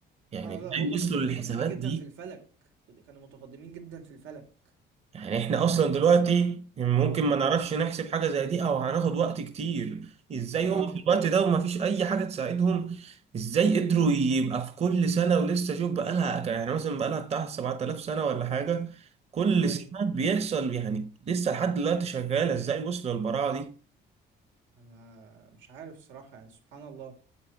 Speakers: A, on the right; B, on the right.
A: سبحان
B: يعني ازاي
A: الله هما
B: وصلوا
A: كانوا متقدمين
B: للحسابات
A: جدا
B: دي
A: في الفلك كانوا متقدمين جدا في الفلك
B: يعني احنا اصلا
A: بس
B: دلوقتي ممكن ما نعرفش نحسب حاجة زي دي او هناخد وقت كتير ازاي
A: اه
B: هو في الوقت ده وما فيش اي حاجة تساعدهم ازاي قدروا يبقى في كل سنة ولسه شوف بقالها يعني مثلا بقالها بتاع 7000 سنة ولا حاجة كل
A: ايوه
B: سنة بيحصل يعني لسه لحد دلوقتي شغالة ازاي وصلوا للبراعة دي
A: أنا مش عارف صراحة يعني سبحان الله